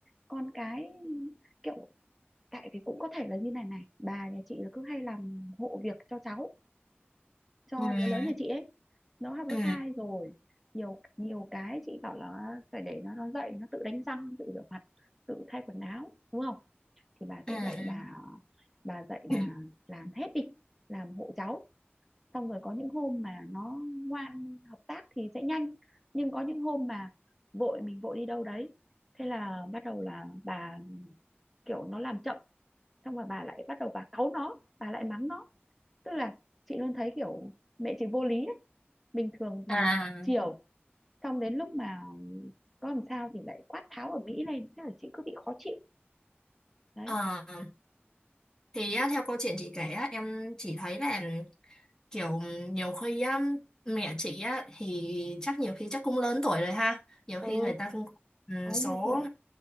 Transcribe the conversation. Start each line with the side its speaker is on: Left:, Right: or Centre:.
Centre: con cái kiểu tại vì cũng có thể là như này này bà nhà chị là cứ hay làm hộ việc cho cháu cho
Left: Ừ, ừ,
Centre: đứa lớn nhà chị ấy nó học lớp
Left: ừ,
Centre: 2 rồi nhiều nhiều cái chị bảo là phải để nó nó dậy nó tự đánh răng tự rửa mặt tự thay quần áo đúng không thì bà sẽ
Left: ừ.
Centre: dạy bà bà dạy
Left: <coughs>
Centre: bà làm hết đi làm hộ cháu xong rồi có những hôm mà nó ngoan hợp tác thì sẽ nhanh nhưng có những hôm mà vội mình vội đi đâu đấy thế là bắt đầu là bà kiểu nó làm chậm xong rồi bà lại bắt đầu bà cáu nó bà lại mắng nó tức là chị luôn thấy kiểu mẹ chị vô lý ấy bình thường thì
Left: à
Centre: chiều xong đến lúc mà có làm sao thì lại quát tháo ở Mỹ lên thế là chị cứ bị khó chịu đấy
Left: ờ, thì á, theo câu chuyện chị kể á, em chỉ thấy là kiểu nhiều khi á, mẹ chị á thì chắc nhiều khi chắc cũng lớn tuổi rồi ha nhiều
Centre: ừ
Left: khi người ta cũng ừ,
Centre: 60
Left: số
Centre: tuổi